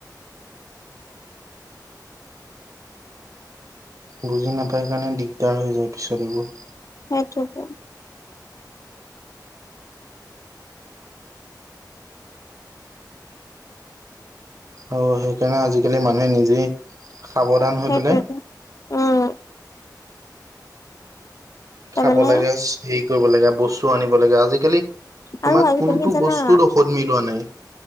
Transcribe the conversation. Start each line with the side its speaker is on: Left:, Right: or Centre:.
Right: বুজি নাপায় কাৰণে দিগদাৰ হৈ যায় পিছত এইবোৰ।
Left: সেইটোৱেটো।
Right: অ সেইকাৰণে আজিকালি মানুহে নিজেই সাৱধান হৈ
Left: সেইটোৱেটো
Right: পেলাই
Left: উম তাৰমানে
Right: খাব লাগে হেৰি কৰিব লাগে বস্তু আনিব লাগে আজিকালি
Left: আৰু
Right: তোমাৰ
Left: আজিকালি
Right: কোনটো
Left: জানা
Right: বস্তুত ঔষধ মিলোৱা নাই?